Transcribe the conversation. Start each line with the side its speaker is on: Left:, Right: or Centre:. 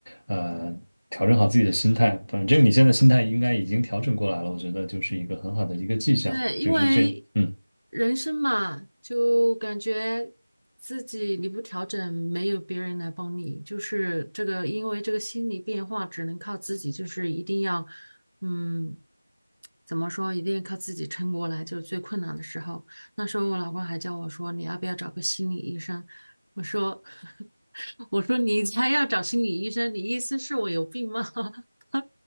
Left: 呃，调整好自己的心态，反正你现在心态应该已经调整过来了，我觉得就是一个很好的一个迹象嘛，
Right: 对，因为
Left: 就是这，嗯
Right: 人生嘛，就感觉自己你不调整，没有别人来帮你，就是这个，因为这个心理变化只能靠自己，就是一定要，嗯，怎么说，一定要靠自己撑过来，就是最困难的时候。那时候我老公还叫我说，你要不要找个心理医生？我说，<laughs> 我说你才要找心理医生，你意思是我有病吗？<laughs>